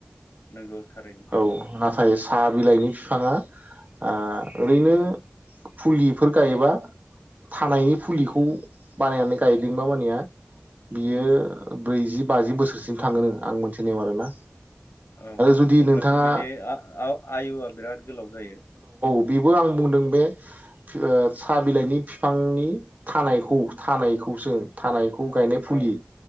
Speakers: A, on the left (about 75°); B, on the right (about 40°).
A: नंगौ थारैनो
B: औ नाथाय सा बिलाइनि बिफाङा ओ ओरैनो आ फुलिफोर गायोबा थानायनि फुलिखौ बानायनानै गायदोंबा मानिया बियो ब्रैजि बाजि बोसोरसिम थाङोनो आं मोनथिनायाव आरोना आरो
A: औ
B: जुदि
A: अब्लाथ'
B: नोंथाङा
A: बिनि आ आव आयुआ बिराद गोलाव जायो।
B: बिबो आं बुंदों बे ओ साहा बिलाइनि बिफांनि थानायखौ थानायखौसो थानाय खौ गायनाय
A: औ
B: फुलि